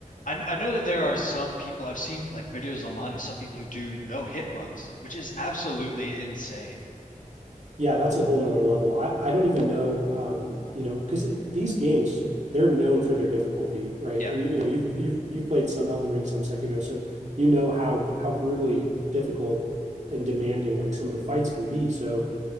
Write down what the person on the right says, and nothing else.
Yeah, that's a whole nother level. I, I don't even know, um, you know, because these games, they're known for their difficulty, right?
And you, you know, you've you've you've played some Elden Ring, some Sekiro, so you know how how brutally difficult and demanding like some of the fights can be. So